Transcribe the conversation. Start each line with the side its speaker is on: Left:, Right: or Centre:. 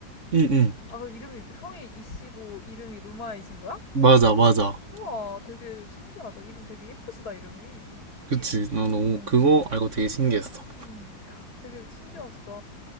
Right: 응, 응.
Left: 아, 그럼 이름이, 성이 이씨고, 이름이 루마이신 거야?
Right: 맞아, 맞아.
Left: 우와, 되게 신기하다. 이름 되게 예쁘시다, 이름이.
Right: 그치. 나 너무
Left: 음,
Right: 그거 알고 되게 신기했어.
Left: 음. <gasps> 되게 신기하시다.